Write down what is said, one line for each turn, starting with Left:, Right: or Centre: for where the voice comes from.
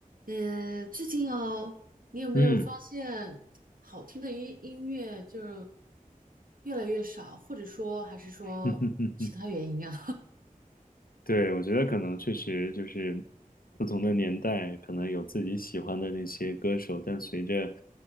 Right: 呃，最近哦，你有没有发现好听的音音乐就是
Left: 嗯，
Right: 越来越少，或者说还是说其他原因啊？
Left: <laughs> 对，我觉得可能确实就是不同的年代，可能有自己喜欢的那些歌手，但随着